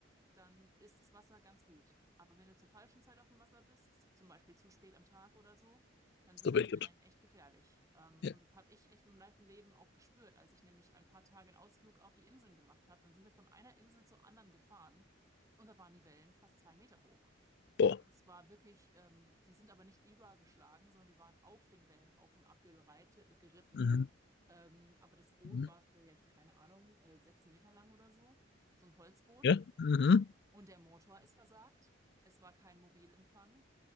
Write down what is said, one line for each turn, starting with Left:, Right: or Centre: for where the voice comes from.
Right: dann ist das Wasser ganz gut. Aber wenn du zur falschen Zeit auf dem Wasser bist, zum Beispiel zu spät am Tag oder so, dann sind
Left: Da bin
Right: die
Left: ich
Right: Wellen
Left: gut.
Right: echt gefährlich. Ähm,
Left: Ja.
Right: und das habe ich echt im Leib und Leben auch gespürt, als ich nämlich ein paar Tage einen Ausflug auf die Inseln gemacht habe. Dann sind wir von einer Insel zur anderen gefahren und da waren die Wellen fast zwei Meter hoch.
Left: Boah.
Right: Das war wirklich, ähm, die sind aber nicht übergeschlagen, sondern wir waren auf den Wellen auf und ab gereite, geritten.
Left: Mhm.
Right: Ähm, aber das Boot
Left: Mhm.
Right: war für, ja, ich keine Ahnung, äh, sechs Meter lang oder so. So ein Holzboot.
Left: Ja. Mhm.
Right: Und der Motor ist versagt. Es war kein Mobilempfang.